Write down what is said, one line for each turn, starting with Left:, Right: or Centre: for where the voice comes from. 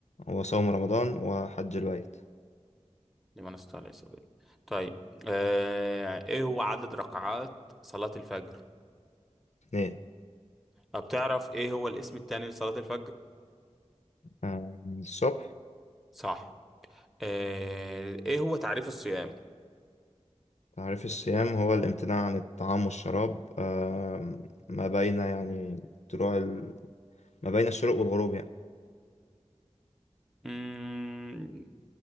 Left: وصوم رمضان وحج البيت
Centre: لمن استطاع إليه سبيلا طيب أه إيه هو عدد ركعات صلاة الفجر
Left: اثنين
Centre: طب تعرف إيه هو الاسم التاني لصلاة الفجر
Left: آه، الصبح
Centre: صح أه إيه هو تعريف الصيام
Left: تعريف الصيام هو الامتناع عن الطعام والشراب آم، ما بين يعني طلوع ال... ما بين الشروق والغروب يعني
Centre: مم،